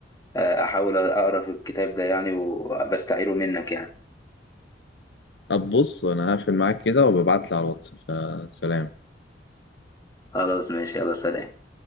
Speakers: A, on the left; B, on the left.
A: آه، احاول اقرا في الكتاب ده يعني وبستعيره منك يعني
B: طب بص أنا هقفل معاك كده وببعتلي على الواتس فسلام
A: خلاص ماشي يلا سلام